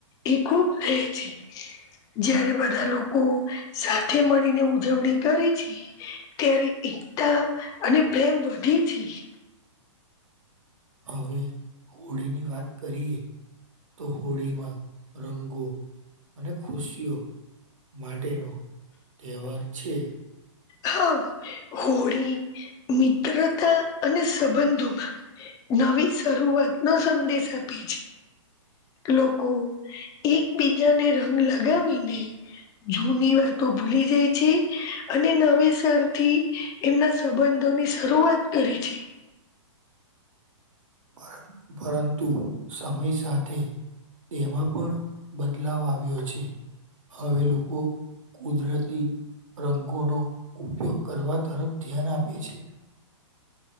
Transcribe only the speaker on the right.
હવે હોળીની વાત કરીએ તો હોળીમાં રંગો અને ખુશીઓ માટેનો તહેવાર છે.
પરં પરંતુ સમય સાથે એમાં પણ બદલાવ આવ્યો છે. હવે લોકો કુદરતી રંગોનો ઉપયોગ કરવા તરફ ધ્યાન આપે છે.